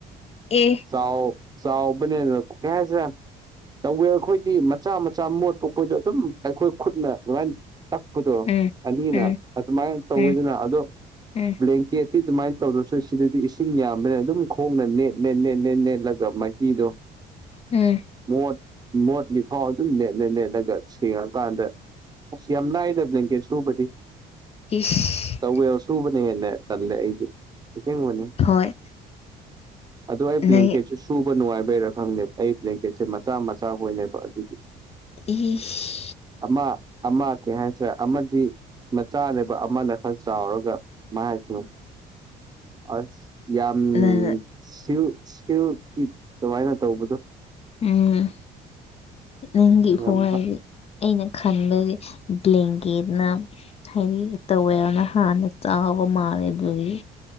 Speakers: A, on the left (about 35°); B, on the right (about 25°).
A: ꯑꯦ
B: ꯆꯥꯎ ꯆꯥꯎꯕꯅꯤꯅ ꯀꯩ ꯍꯥꯏꯁꯦꯔ ꯇꯧꯋꯦ ꯑꯩꯈꯣꯏꯗꯤ ꯃꯆꯥ ꯃꯆꯥ ꯃꯣꯠꯄ ꯈꯣꯏꯗꯣ ꯑꯗꯨꯝ ꯑꯩꯈꯣꯏ ꯈꯨꯠꯅ ꯑꯗꯨꯃꯥꯏꯅ ꯇꯛꯄꯗꯣ
A: ꯎꯝ
B: ꯑꯅꯤꯅ
A: ꯎꯝ
B: ꯑꯗꯨꯃꯥꯏꯅ ꯇꯧꯋꯤꯗꯅ
A: ꯎꯝ
B: ꯑꯗꯣ
A: ꯎꯝ
B: ꯕ꯭ꯂꯦꯡꯀꯦꯠ ꯀꯤ ꯑꯗꯨꯃꯥꯏꯅ ꯇꯧꯔꯁꯨ ꯁꯤꯗꯗꯤ ꯏꯁꯤꯡ ꯌꯥꯝꯕꯅꯤꯅ ꯑꯗꯨꯝ ꯈꯣꯡꯅ ꯅꯦꯠ ꯅꯦꯠ ꯅꯦꯠ ꯅꯦꯠ ꯅꯦꯠꯂꯒ ꯃꯍꯤꯗꯣ
A: ꯎꯝ
B: ꯃꯣꯠ ꯃꯣꯠ ꯂꯤꯐꯥꯎ ꯑꯗꯨꯝ ꯅꯦꯠ ꯅꯦꯠ ꯅꯦꯠꯂꯒ ꯁꯦꯡꯉꯀꯥꯟꯗ ꯑꯁ ꯌꯥꯝ ꯂꯥꯢꯗꯥ ꯕ꯭ꯂꯦꯡꯀꯦꯠ ꯁꯨꯕꯗꯤ
A: ꯏꯁ
B: ꯇꯧꯋꯦꯜ ꯁꯨꯕꯅ ꯍꯦꯟꯅ ꯇꯜꯂꯦ ꯑꯩꯗꯤ ꯑꯁꯦꯡꯕꯅꯤ
A: ꯍꯣꯏ
B: ꯑꯗꯣ ꯑꯩ ꯕ꯭ꯂꯦꯡꯀꯦꯠ
A: ꯅꯪ
B: ꯁꯨ ꯁꯨꯕ ꯅꯨꯡꯉꯥꯏꯕꯩꯔꯥ ꯈꯪꯗꯦ ꯑꯩ ꯕ꯭ꯂꯦꯡꯀꯦꯠꯁꯦ ꯃꯆꯥ ꯃꯆꯥ ꯍꯣꯏꯅꯦꯕ ꯑꯗꯨꯒꯤ
A: ꯏꯁ
B: ꯑꯃꯥ ꯑꯃꯥ ꯀꯩ ꯍꯥꯏꯁꯤꯔꯥ ꯑꯃ ꯐꯤ ꯃꯆꯥꯅꯦꯕ ꯑꯃꯅ ꯈꯔ ꯆꯥꯎꯔꯒ ꯃꯥꯏꯇꯣ ꯑꯁ ꯌꯥꯝ
A: ꯅꯪ
B: ꯁꯤꯜ ꯁꯤꯜꯀꯤ ꯑꯗꯨꯃꯥꯏꯅ ꯇꯧꯕꯗꯣ
A: ꯎꯝ ꯅꯪꯒꯤ ꯈ꯭ꯋꯥꯏꯁꯤ
B: ꯌꯥꯝ
A: ꯑꯩꯅ ꯈꯟꯕꯗꯤ ꯕ꯭ꯂꯦꯡꯒꯦꯠꯅ ꯍꯥꯏꯗꯤ ꯇꯧꯋꯦꯜꯅ ꯍꯥꯟꯅ ꯆꯥꯎꯕ ꯃꯥꯜꯂꯦ ꯑꯗꯨꯒꯤ